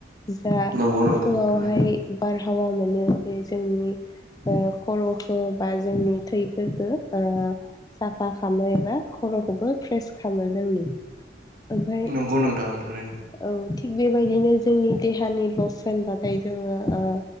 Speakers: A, on the left; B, on the right.
A: जा
B: नंगौ नोंथां
A: फुङावहाय
B: थारैनो
A: बारहावा मोनो बे जोंनि ओ खर'खौ बा जोंनि थैफोरखौ साफा खालामो एबा बो फ्रेस खालामो जोंनि ओमफ्राय
B: नंगौ नोंथां थारैनो
A: औ थिग बेबायदिनो जोंनि देहानि लस होनबाथाय जोङो ओ